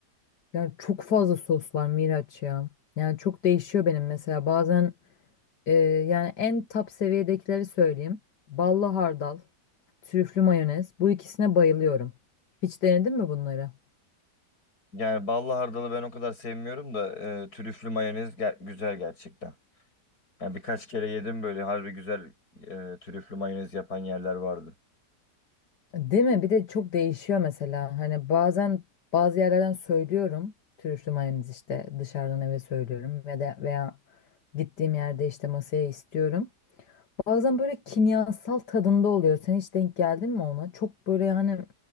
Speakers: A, on the left; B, on the left.
A: yani çok fazla sos var Miraç ya. Yani çok değişiyor benim mesela bazen e, yani en top seviyedekileri söyleyeyim. Ballı hardal, trüflü mayonez bu ikisine bayılıyorum. Hiç denedin mi bunları?
B: Yani ballı hardalı ben o kadar sevmiyorum da e, trüflü mayonez ger- güzel gerçekten. Yani birkaç kere yedim böyle harbi güzel e, trüflü mayonez yapan yerler vardı.
A: Değil mi? Bir de çok değişiyor mesela. Hani bazen bazı yerlerden söylüyorum. Trüflü mayonez işte dışarıdan eve söylüyorum ve de veya gittiğim yerde işte masaya istiyorum. Bazen böyle kimyasal tadında oluyor. Sen hiç denk geldin mi ona? Çok böyle yani